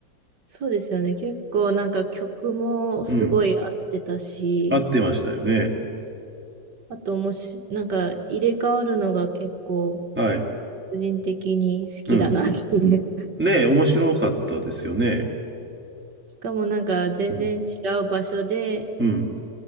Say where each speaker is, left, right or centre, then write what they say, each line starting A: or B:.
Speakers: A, on the right (about 65°); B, in the centre.
A: そうですよね。結構なんか曲もすごい合ってたし、
B: うん。合ってましたよね。
A: あともし、なんか入れ替わるのが結構
B: はい。
A: 個人的に好きだなっていう。
B: うん。ねえ、面白かったですよね。
A: <laughs> しかもなんか全然違う場所で
B: うん。うん。